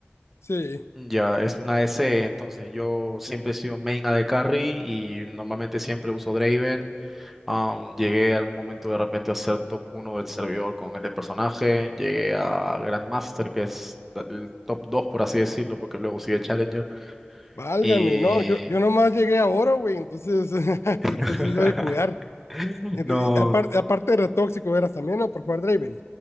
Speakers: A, on the left (about 85°); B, in the centre.
A: Sí,
B: Ya, es una SE, entonces yo siempre he sido main AD carry y normalmente siempre uso Draven. Am, llegué a algún momento de repente a ser top uno del servidor con este personaje. Llegué a Grandmaster, que es el top 2 por así decirlo, porque luego sigue Challenger.
A: válgame,
B: Y
A: no, yo, yo nomás llegué a oro, güey, entonces <laughs> si
B: <laughs>
A: tú sí sabes jugar. Ent-
B: no,
A: y apar- aparte de retóxico eras también, ¿no? Por jugar Draven.